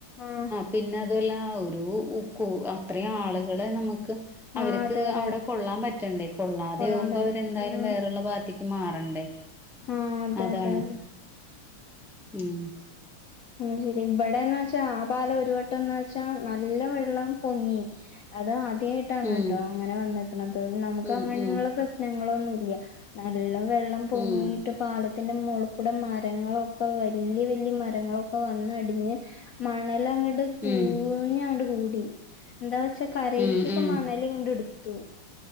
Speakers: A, on the left (about 60°); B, in the centre.
A: ആഹ്
B: പിന്നെ അതും അല്ല ഒരു ഉകു അത്രെ ആളുകളെ നമുക്ക് അവര്ക്ക്
A: ആഹ് അതെ അതെ
B: അവിടെ കൊള്ളാൻ പറ്റണ്ടേ കൊള്ളാതെ
A: കൊള്ളാൻ
B: ആവുമ്പോ
A: പറ്റണം
B: അവരെന്തായാലും
A: ഉം
B: വേറുള്ള ഭാഗത്തേക്ക് മാറണ്ടേ.
A: ആഹ് അതെ
B: അതാണ്
A: അതെ അതെ
B: ഉം
A: ആ ശെരി ഇവിടെന്ന് വച്ചാ ആ പാലം ഒരു വട്ടം ന്നാ വെച്ചാ നല്ല വെള്ളം പൊങ്ങി അത് അത <unintelligible> ട്ട അങ്ങനട്ടോ
B: ഉം
A: അങ്ങന വന്നെക്ക്‌ണത് നമുക്കങ്ങനുള്ള
B: ഉം ഉം
A: പ്രശ്നങ്ങളൊന്നുല്ല്യ നല്ല വെള്ളം പൊങ്ങിട്ട്
B: ഉം
A: പാലത്തിന്റെ മോൾക്കൂടെ മരങ്ങള്ളൊക്കെ വല്യയ വല്യയ മര മരങ്ങള്ളൊക്കെ വന്ന് അടഞ് മണല് അങ്ങട്ട്
B: ഉം
A: കുഞ്ഞങ്ങട്ട് കൂടി എന്താ വച്ചാ കരെൽക്കെക്ക
B: ഉം
A: മണല് ഇങ്ങ്ട് എട്ത്തു